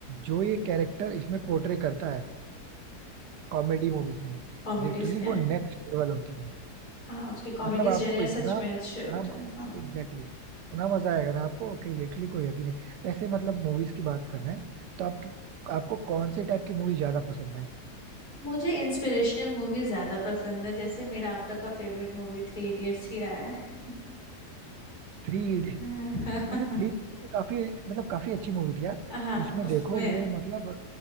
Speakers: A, on the right; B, on the left.
A: जो ये कैरेक्टर इसमें पोर्ट्रे करता है कॉमेडी मूवीज में
B: कॉमेडीज
A: लिटरली
B: के
A: वो नेक्स्ट लेवल होती है
B: हाँ उसके कॉमेडीज
A: मतलब आपको
B: जेनर सच
A: इतना
B: में अच्छे होते
A: हाँ
B: हैं हाँ
A: एग्जैक्टली इतना मजा आएगा ना आपको कि लिटरली कोई हद ही नहीं ऐसे मतलब मूवीज की बात कर रहे हैं तो आपकी आपको कौन से टाइप की मूवी ज्यादा पसंद है
B: मुझे इंस्पिरेशनल मूवी ज्यादा पसंद है जैसे मेरा अब तक का फेवरेट मूवी थ्री इडियट्स ही रहा है
A: थ्री
B: <laughs>
A: वैसे थ्री इडियट्स काफी मतलब काफी अच्छी मूवी थी यार
B: हाँ
A: उसमें
B: उसमें
A: देखो वो मतलब